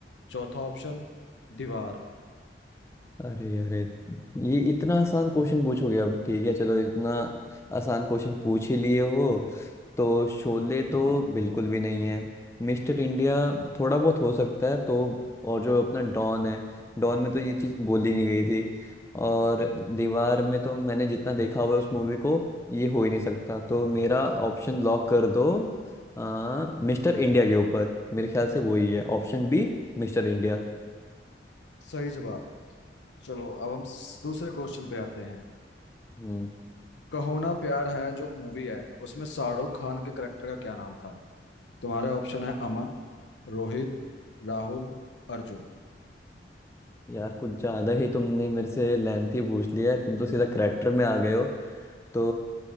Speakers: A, on the left; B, on the left.
A: चौथा ऑप्शन दीवार
B: अरे अरे ये इतना आसान क्वेश्चन पूछोगे अब ठीक है चलो इतना आसान क्वेश्चन पूछ ही लिए हो तो शोले तो बिल्कुल भी नहीं है मिस्टर इंडिया थोड़ा बहुत हो सकता है तो और जो अपना डॉन है डॉन में तो ये चीज़ बोली नहीं गई थी और दीवार में तो मैंने जितना देखा हुआ है उस मूवी को ये हो ही नहीं सकता तो मेरा ऑप्शन लॉक कर दो आ, मिस्टर इंडिया के ऊपर मेरे ख्याल से वही है ऑप्शन बी मिस्टर इंडिया
A: सही जवाब चलो अब हम स- दूसरे क्वेश्चन पे आते हैं
B: हम्म।
A: कहो ना प्यार है जो मूवी है उसमें शाहरुख खान के करेक्टर का क्या नाम था तुम्हारे ऑप्शन है अमन रोहित राहुल अर्जुन
B: यार कुछ ज्यादा ही तुमने मेरे से लेंथी पूछ लिया है तुम तो सीधा करेक्टर में आ गए हो तो